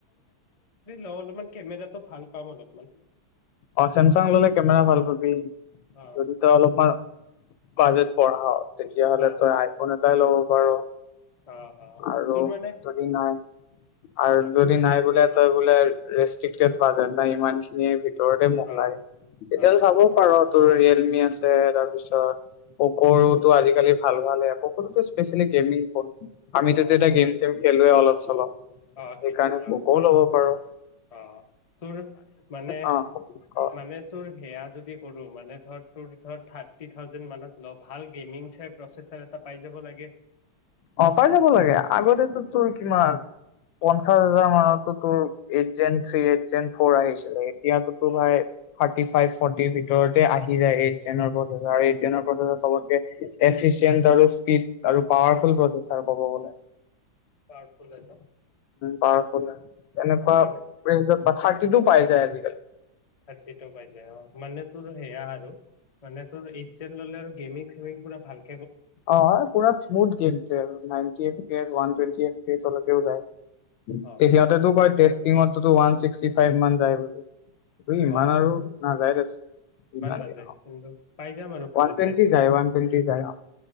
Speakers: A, on the left; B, on the left.
A: ল অলপমান কেমেৰাটো ভাল পাম অলপমানই
B: অ চেমচং ললে কমেৰা ভাল পাবি
A: অ
B: যদি ত অলপমান কাজত পঢ়া তেতিয়াহ'লে
A: অ
B: তই আইফোন লাই ল'ব পাৰ
A: অ অ
B: আৰু
A: তোৰ মানে
B: যদি নাই আৰু
A: অ
B: যদি
A: তোৰ
B: নাই বোলে তই বোলে ৰেষ্ট্ৰিক্টড পোৱা যায় ন ইমান খিনিয়ে ভিতৰতে মহলাই
A: অ',
B: তেতিয়া
A: অ',
B: চাব পাৰ তোৰ ৰিয়েলমি আছে ত তাৰ পাচত পকৰুতো আজিকালি ভাল ভালে কতো স্পেচেলি গেমিং আমিতো
A: অ',
B: এতিয়া
A: অ',
B: গেম চেম খেলোে অলপ চলপ সেইকাৰণে
A: অ', খেলুৱৈ অ',
B: ভোকও লব পাৰো
A: অ তোৰ মানে
B: অ অ
A: মানে তোৰ সেয়া যদি কৰো মানে ধৰ তোৰ ধৰ থাৰ্টি থাজেড মানত ল ভাল গেমিং প্ৰচচাৰ এটা পাই যাব লাগে
B: অ তাই যাব লাগে আগতেতো তোৰ কিমান পঞ্চাশ হাজাৰ মানতো তোৰ এইট যেন থ্ৰী এইট ফ আহিছিলে এতিয়াতোতো
A: অ',
B: ভাই থাৰ্টি ফাইভ ফৰ্টিৰ ভিতৰতে আহি যায় এইট্ৰেনৰ আৰুতিনৰ প্ৰথ চবতকে এফিচিয়েণ্ট আৰু স্পীড আৰু পাৱাৰ প্ৰচ কবলে
A: পাৱাৰফুল আ ন
B: পাৰফ ন এনেকুৱা
A: অ', মানে
B: প্ৰ বাথাক্টিতো পাই যায় আজিকালি
A: থাৰ্টিটো পাই যায় অ মানে তোৰ সেয়া আৰু মানে তোৰ এইন ল'লে আৰু গেমিং চেমিং পুৰা ভাল
B: অ পৰা ইচমত গেম নাইনটি কৰে ওৱান স চল দেউ যায় সিহঁতেতটো
A: অ',
B: কয় তেজ টি ওৱান ছিক্সটি ফাইভ মান যায় বুলি। ত' ইমান
A: অ', অ',
B: আৰু নাযায় দে ইমান
A: নাযায়
B: দি ওৱান
A: কিন্তু পাই যাম আৰু ভাল
B: টুৱেন্টি
A: চাই পুৰা
B: যাই ওৱান টুৱেন্টি যাই ন'।